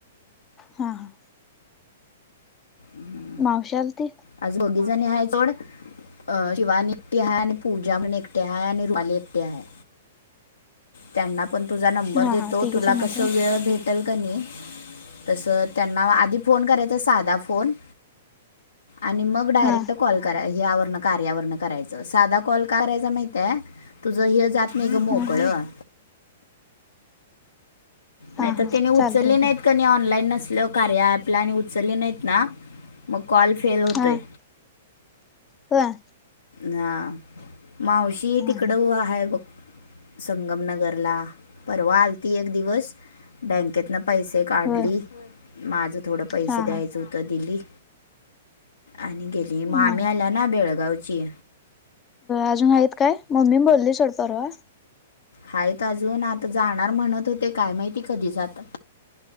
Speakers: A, on the left; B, on the left.
A: हा हा.
B: <inaudible>
A: मावशी आलती.
B: आज दोगीजणी आहे सोड. अं शिवानी एकटी आहे आणि पूजा म्हण एकटे आहे आणि रुपाली एकटे आहे. त्यांना पण तुझा नंबर
A: हा
B: देतो,
A: हा तिघी
B: तुला
A: जण आहेत
B: कस
A: होय
B: वेळ भे तर कनी तस त्यांना आधी फोन करायचा साधा फोन आणि मग डायरेक्ट
A: हा
B: कॉल कराय यावरणं करायचं साधा कॉल करायचा माहितीये तुझं हे जात नाही मोकळं
A: हम. हा
B: नाही तर
A: हा
B: तिने
A: चालतय
B: उचलली नाहीत
A: की
B: काणी ऑनलाईन नसल्याव कार्य ऍपला आणि उचलली नाहीत ना मग कॉल फेल होतोय.
A: हा होय?
B: हा मावशी
A: हा
B: तिकडं व आहे बघ. संगमनगरला परवा आलती एक दिवस. बँकेतन पैसे काढली,
A: होय
B: माझं थोडं पैसे
A: हा
B: द्यायचं
A: हा
B: होतं दिली. आणि गेली, मग मामी
A: हा
B: आल्या ना बेळगावची.
A: अजून आहेत काय? मम्मी बोलली सोड परवा.
B: हायत अजून आता जाणार म्हणत होते काय माहिती कधी जातात.